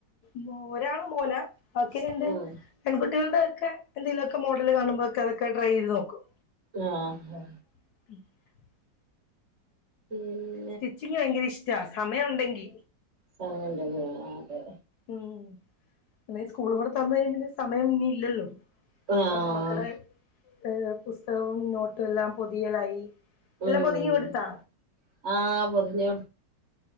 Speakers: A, on the left (about 70°); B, on the right (about 45°).
A: മ് ഒരാള് മോനാ ബാക്കി രണ്ട്.
B: ഉം
A: പെൺകുട്ടികൾടെക്കെ എന്തേലു ഒക്കെ മോഡല് കാണുമ്പൊക്കെ അതൊക്കെ ട്രൈയ്യയ്ത് നോക്കും.
B: ആഹ് ഹ്.
A: <inaudible>
B: മ്.
A: സ്റ്റിച്ചിങ്ങ് ഭയങ്കര ഇഷ്ടാ സമയം ഉണ്ടെങ്കി.
B: സമയം ഉണ്ടെങ്കി ആഹ് അതെ.
A: ഉം പിന്നെ സ്കൂള് കൂടെ തുറന്ന് കഴിയുമ്പൊ സമയം ഇനി ഇല്ലല്ലോ
B: ആഹ്
A: കാരണം മ ക്കടെ ഏഹ് പുസ്തകവും നോട്ടും എല്ലാം പെതിയലായി.
B: ഉം
A: എല്ലാം പൊതിഞ്ഞ് കൊട്ത്തോ?
B: ആഹ് പൊതിഞ്ഞു.